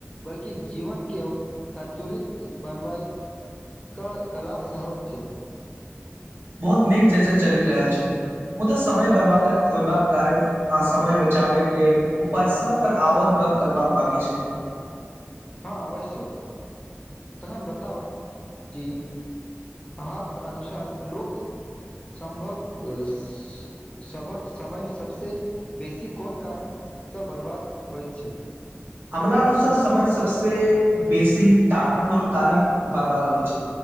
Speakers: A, on the left (about 25°); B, on the right (about 55°).
A: बल्कि जीवन के ओ संतुलित बनबए क कला सेहो छै।
B: बहुत नीक चचा चलि रहल छै। मुदा समय बर्बादक होयबाक कारण आ समय बचाबैके उपाय सभ पर आओर ग गप करबाक बाकी छै।
A: हँ, अवश्य तखन बताउ जी अहाँक अनुसार लोक संभक स सभक समय सभसे बेसी कौन कारण सँ बर्बाद होइत छै,
B: हमरा अनुसार समय सबसे बेसी टाल मटोल कारण बर्बाद होइ छै।